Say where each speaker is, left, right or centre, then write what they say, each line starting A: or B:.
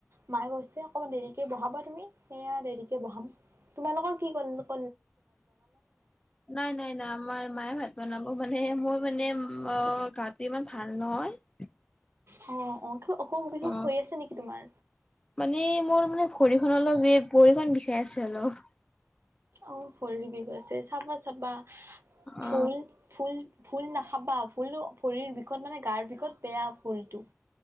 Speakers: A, on the right (about 60°); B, on the left (about 15°).
A: মায়ে কৈছে অকমান দেৰিকে বহাবা তুমি সেয়া দেৰিকে বহাম তোমালোকৰ কি কৰিল
B: নাই নাই নাই আমাৰ মায়ে ভাত বনাব মানে অ মানে মোৰ মানে গাটো ইমান ভাল নহয়
A: অ অ কিবা অসুখ বিসুখ
B: অ
A: হৈ আছে নেকি তোমাৰ
B: মানে মোৰ মানে ভৰিখন অলপ ভৰিখন বিষাই আছে অলপ
A: অঁ ভৰি বিষ হৈছে চাবা চাবা ফুল
B: অ
A: ফুল ফুল নাখাবা ফুল ভৰিৰ বিষত মানে গাৰ বিষত বেয়া ফুলটো